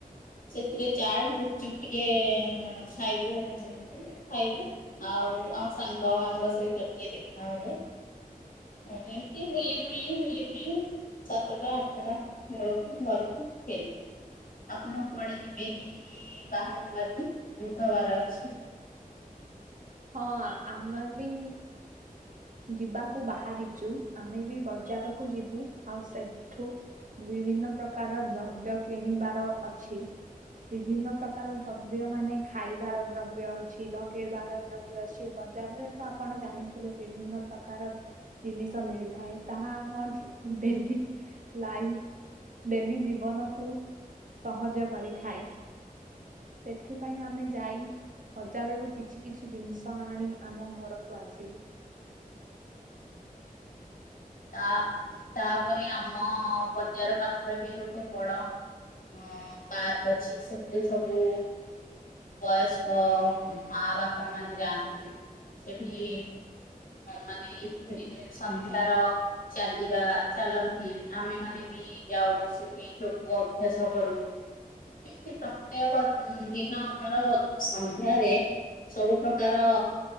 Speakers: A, on the left; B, on the right.
A: ସେଥିରେ ଚାଟ ଗୁପଚୁପ ଟିକେ ଏଁ ଖାଇବୁ। ଖାଇବୁ ଆଉ ଆମ ସାଙ୍ଗ ମାନଙ୍କ ସହିତ ଟିକେ ଦେଖା ହବ। ଆଉ ଏମିତି ବୁଲି ବୁଲି ବୁଲି ବୁଲି। ସାତଟା ଆଠଟା ବେଳକୁ ଘରକୁ ଫେରିବୁ। ଆପଣ କୁଆଡେ ଯିବେନି ବାହାରକୁ ଆଜି ବୁଧବାର ଅଛି।
B: ହଁ ଆ ଆମେ ବି। ଯିବାକୁ ବାହାରିଛୁ ଆମେ ବି ବଜାରକୁ ଯିବୁ ଆଉ ସେଠୁ ବିଭିନ୍ନ ପ୍ରକାରର ଦ୍ରବ୍ୟ କିଣିବାର ଅଛି। ବିଭିନ୍ନ ପ୍ରକାର ଦ୍ରବ୍ୟ ମାନେ ଖାଇବାର ଦ୍ରବ୍ୟ ଅଛି। ଲଗେଇବାର ଦ୍ରବ୍ୟ ଅଛି ବଜାରରେ ତ ଆପଣ ଜାଣିଥିବେ ବିଭିନ୍ନ ପ୍ରକାର ତିନିଷ ମିଳିଥାଏ ତାହା ଆମ ଡେ ଲାଇ ଡେଲି ଜୀବନକୁୁ ସହଜ କରିଥାଏ। ସେଥିପାଇଁ ଆମେ ଯାଇ ବଜାରରୁ କିଛି କିଛି କିଛି ଜିନିଷ ଆଣି ଆମ ଘରକୁ ଆସିବୁ।
A: ତା ତାପରେ ଆମ ବଜାର ପାଖରେ ବି ଗୋଟେ ବଡ ଅ ପାର୍କ ଅଛି ସେଥିରେ ସବୁ ବୟସ୍କ ମା ବାପା ମାନେ ଯାଆନ୍ତି ସେଠି ମା ନେ <unintelligible> ସନ୍ଧ୍ୟାର ଚାଲିବା ଚାଲନ୍ତି ଆମେ ମାନେ ବି ଯାଉ ସେଠି ଅଭ୍ୟାସ କରୁ ଏମିତି ପ୍ରତ୍ୟେକ ଦିନ ଆମର ସନ୍ଧ୍ୟାରେ ସବୁ ପ୍ର